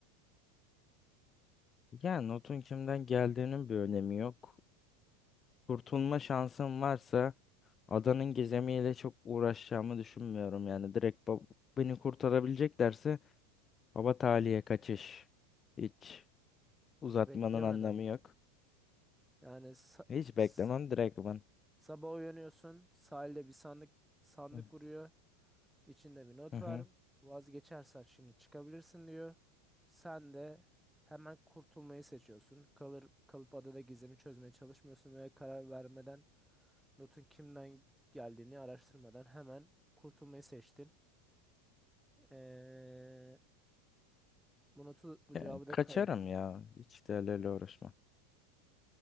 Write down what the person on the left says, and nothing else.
Yani notun kimden geldiğinin bir önemi yok. Kurtulma şansım varsa adanın gizemiyle çok uğraşacağımı düşünmüyorum. Yani direkt bab- beni kurtarabileceklerse baba taliye kaçış. Hiç uzatmanın
anlamı
yok.
Hiç
beklemem direkt ben.
Hı
hı. hı.
Ya,
kaçarım
ya. Hiç değerlerle uğraşmam.